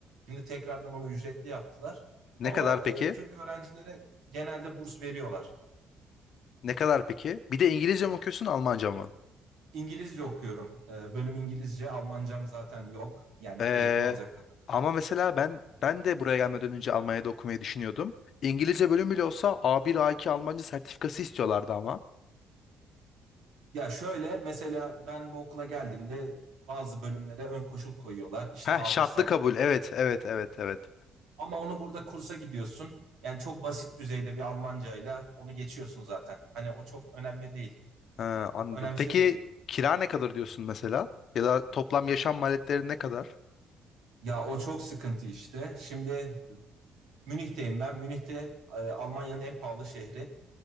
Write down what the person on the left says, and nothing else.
Ne
kadar peki?
Ne kadar peki? Bir de İngilizce mi okuyorsun, Almanca mı?
Ee,
ama mesela ben ben de buraya gelmeden önce Almanya'da okumayı düşünüyordum. İngilizce bölüm bile olsa A1, A2 Almanca sertifikası istiyorlardı ama.
Heh,
şartlı
kabul. Evet, evet, evet, evet.
Ha, anladım.
Peki
kira ne kadar diyorsun mesela? Ya da toplam yaşam maliyetleri ne kadar?